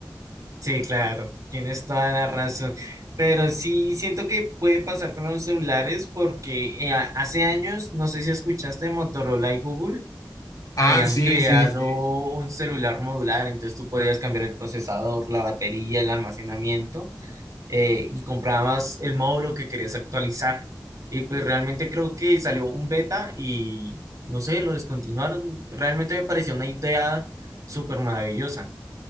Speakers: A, on the right; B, on the left.
A: Sí, claro, tienes toda la razón. Pero sí siento que puede pasar con los celulares porque eh, a- hace años, no sé si escuchaste, Motorola y Google
B: Ah,
A: habían
B: sí,
A: creado
B: sí, sí.
A: un celular modular, entonces tú podías cambiar el procesador, la batería, el almacenamiento eh, y comprabas el módulo que querías actualizar. Y pues realmente creo que salió un beta y no sé, lo descontinuaron. Realmente me pareció una idea súper maravillosa.